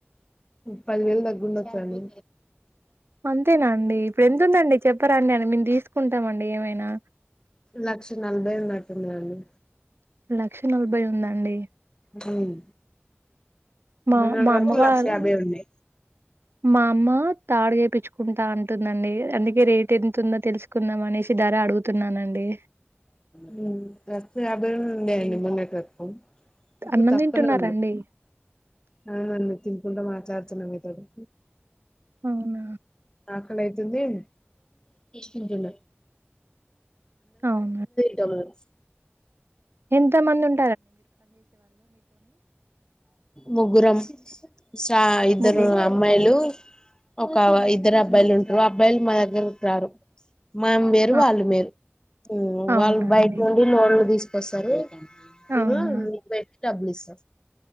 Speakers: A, on the left; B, on the right.
A: పదివేలు తగ్గుండొచ్చండి.
B: అంతేనా అండి ఇప్పుడెంతుందండి చెప్పరాండి అని మేము తీసుకుంటామండి ఏమైనా
A: లక్ష నలభై ఉన్నట్టుందండి.
B: లక్ష నలభై ఉందాండి.
A: హ్మ్.
B: మా
A: మొన్నటి
B: మా
A: వరకు
B: అమ్మవారు
A: లక్ష యాభై ఉండే.
B: మా అమ్మ తాడు చెప్పించుకుంటా అం ంటుందండి. అందుకే రేట్ ఎంత ఉందో తెలుసుకుందాం అనేసి ధర అడుగుతున్నానండి.
A: హ్మ్ లక్ష యాభై వేలు ఉండే అండి మొన్నటి వరకు ఇప్పుడు
B: అన్నం
A: తక్కువనే
B: తింటున్నారండి
A: ఉంది. అవునండి తిన్ కుంట మాట్లాడుతున్న మీ తోటి
B: అవునా
A: ఆకలైతుం ంది. తింటున్న
B: అవునా
A: డబల్స్
B: ఎంత మంది ఉం
A: ముగ్గురం శ్రా ఇద్దరు
B: ముగ్గురు
A: అమ్మాయిలు ఒక ఇద్దరు అబ్బాయిలుంటారు అబ్బాయిలు మా దగ్గర్కి రారు. మనం వేరు
B: ఆ!
A: వాళ్ళు వేరు ఊ
B: అవునండి
A: వాళ్ళు బయట నుండి లోన్లు తీసుకొస్తారు నేను
B: అవునా
A: బైట డబ్బులు ఇస్తా